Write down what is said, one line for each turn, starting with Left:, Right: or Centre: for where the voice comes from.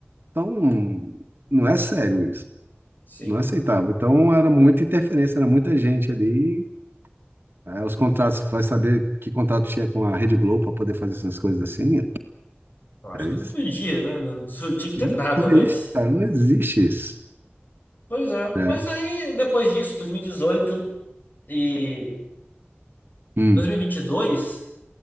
Right: tão, não é sério isso.
Left: sim.
Right: Não aceitava. Então era muita interferência, era muita gente ali É, os contratos, vai saber que contrato tinha com a Rede Globo para poder fazer essas coisas assim?
Left: Eu acho
Right: é
Left: que
Right: isso
Left: não podia, né? Não tinha que ter
Right: não
Left: nada,
Right: existe,
Left: mas.
Right: cara, não existe isso,
Left: Pois é.
Right: né?
Left: Mas aí, depois disso, dois mil e dezoito e e
Right: Hum,
Left: e dois mil e vinte e dois.